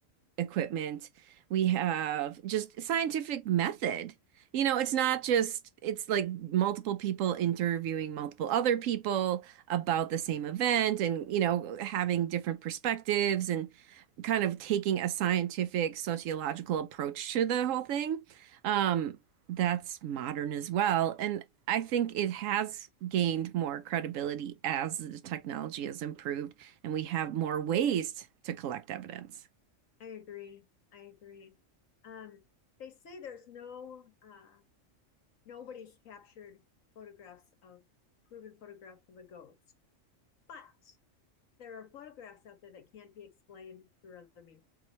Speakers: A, on the right (about 80°); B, on the left (about 80°).
A: equipment. We have just scientific method. You know, it's not just, it's like multiple people interviewing multiple other people about the same event and, you know, having different perspectives and kind of taking a scientific sociological approach to the whole thing. Um, that's modern as well. And I think it has gained more credibility as the technology has improved and we have more ways to collect evidence.
B: I agree. I agree. Um, they say there's no uh, nobody's captured photographs of proven photographs of a ghost. But there are photographs out there that can't be explained through other means.